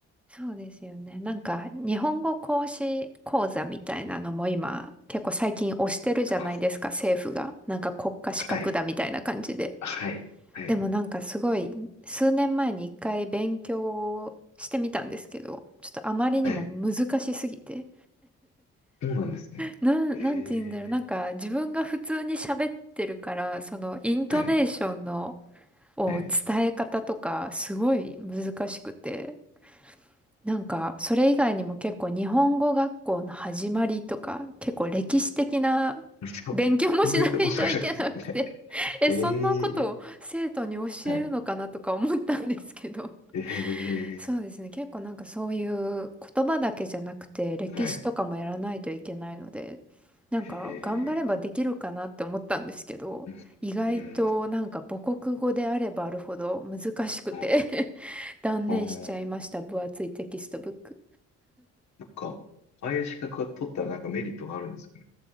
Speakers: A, in the centre; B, on the left.
A: そうですよね。なんか、日本語講師講座みたいなのも今、結構最近推してるじゃないですか、
B: あ
A: 政府が。なんか国家資格だみたいな感じで。
B: はい。はい。はい。
A: でもなんかすごい、数年前に一回勉強してみたんですけど、ちょっとあまりにも難しすぎて。
B: はい。そうなんですね。
A: なん、
B: ええ
A: なんて言うんだろう。なんか自分が普通に喋ってるから、そのイントネーションの、
B: はい。
A: を伝え方とか、
B: はい。
A: すごい難しくて。なんか、それ以外にも結構日本語学校の始まりとか、結構歴史的な
B: <laughs> そう、
A: 勉強もしないといけなくて
B: そういったことないですね。
A: <laughs> え、
B: ええ
A: そんなことを生徒に教えるのかなとか思ったんですけど。
B: はい。
A: <laughs>
B: ええ
A: そうですね。結構なんかそういう言葉だけじゃなくて、歴史とかもやらないといけないので、
B: はい。
A: なんか頑張ればできるかなって思ったんですけど、
B: ええうん。
A: 意外となんか母国語であればあるほど難しくて
B: うん。あー
A: <laughs> 断念しちゃいました。
B: あー、なん
A: 分厚いテキストブック。
B: か、ああいう資格が取ったらなんかメリットがあるんですかね。